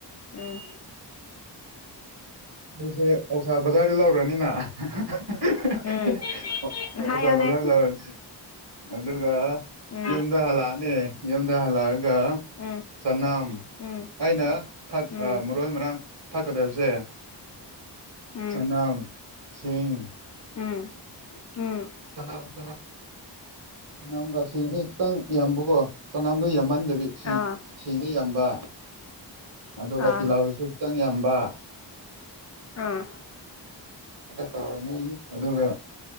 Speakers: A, on the left; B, on the right.
A: ꯎꯝ
B: ꯑꯩꯁꯦ ꯑꯣꯛꯁꯥ ꯕꯖꯥꯔ ꯂꯧꯔꯅꯤꯅ ꯑꫭ ꯑꫭꯔꯗꯔ
A: ꯎꯝ ꯍꯥꯏꯌꯣꯅꯦ
B: ꯑꯣꯔꯗꯔ ꯂꯧꯔꯅꯤ ꯑꯗꯨꯒ
A: ꯎꯝ
B: ꯌꯨꯝꯗ ꯍꯜꯂꯛꯑꯅꯤ ꯌꯨꯝꯗ ꯍꯜꯂꯛꯑꯒ ꯒ
A: ꯎꯝ
B: ꯆꯅꯝ
A: ꯎꯝ
B: ꯑꯩꯅ ꯊꯛ
A: ꯎꯝ
B: ꯃꯔꯣꯏ ꯃꯔꯥꯡ ꯊꯛꯀꯗꯕꯁꯦ
A: ꯎꯝ
B: ꯆꯅꯝ ꯁꯤꯡ
A: ꯎꯝ ꯎꯝ
B: <unintelligible> ꯆꯅꯝꯒꯥꯁꯤꯡꯁꯦ ꯈꯤꯇꯪ ꯌꯥꯝꯕꯀꯣ ꯆꯅꯥꯝꯗꯣ ꯌꯝꯃꯟꯗꯕꯤ ꯁꯤꯡ
A: ꯑꯥ
B: ꯁꯤꯡꯗꯤ ꯌꯥꯝꯕ ꯑꯗꯨꯒ
A: ꯑꯥ
B: ꯇꯤꯜꯂꯧꯁꯨ ꯈꯤꯇꯪ ꯌꯥꯝꯕ
A: ꯑꯥ
B: ꯑ ꯇꯧꯔꯅꯤ ꯑꯗꯨꯒ